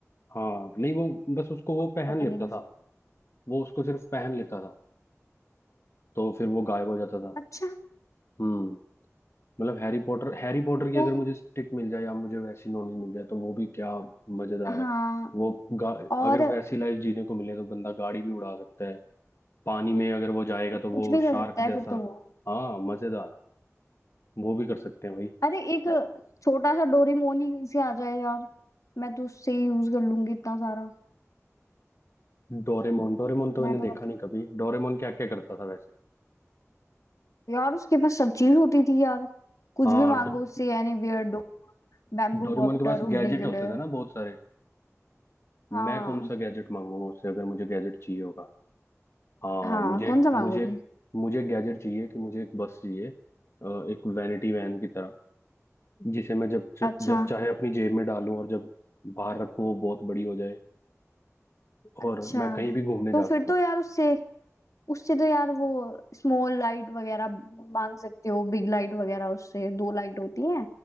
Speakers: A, on the left; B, on the left.
A: हाँ नहीं वो बस उसको वो पहन
B: पता
A: लेता
B: नहीं कुछ
A: था वो उसको सिर्फ पहन लेता था तो फिर वो गायब हो जाता था
B: अच्छा
A: हम्म मतलब हैरी पॉटर हैरी पॉटर की
B: तो
A: अगर मुझे स्टिक मिल जाए या मुझे वैसी नॉलेज मिल जाए तो वो भी क्या मजेदार
B: हाँ
A: है वो गा,
B: और
A: अगर वैसी लाइफ जीने को मिले तो बंदा गाड़ी भी उड़ा सकता है पानी में अगर वो जाएगा
B: कुछ
A: तो वो
B: भी कर
A: शार्क
B: सकता है
A: जैसा
B: फिर तो वो
A: हाँ मजेदार वो भी कर सकते हैं भाई
B: अरे एक छोटा सा डोरीमोन ही कहीं से आ जाए यार मैं तो उससे ही यूज कर लूंगी इतना सारा
A: डोरेमोन डोरेमोन तो
B: मैं
A: मैंने
B: तो
A: देखा
B: मतलब
A: नहीं कभी डोरेमोन क्या क्या करता था वैसे
B: यार उसके पास सब चीज होती थी यार कुछ
A: हाँ
B: भी मांगो
A: ड-
B: उससे यानी बियर्डो बैम्बू
A: डोरेमोन
B: कॉप्टर
A: के पास
B: उड़ने
A: गैजेट
B: के
A: होते
B: लिए
A: थे ना बहुत सारे
B: हाँ
A: मैं कौन सा गैजेट मांगूंगा उससे अगर मुझे गैजेट चाहिए होगा हाँ
B: हाँ
A: मुझे
B: कौन सा मांगोगे
A: मुझे मुझे गैजेट चाहिए कि मुझे एक बस चाहिए अ, एक वैनिटी वैन की तरह जिसे मैं जब च-
B: अच्छा
A: जब चाहे अपनी जेब में डालूं और जब बाहर रखूं वो बहुत बड़ी हो जाए
B: अच्छा
A: और मैं कहीं भी घूमने
B: तो
A: जा
B: फिर
A: सकूं
B: तो यार उससे उससे तो यार वो स्मॉल लाइट वगैरह मांग सकते हो बिग लाइट वगैरह उससे दो लाइट होती है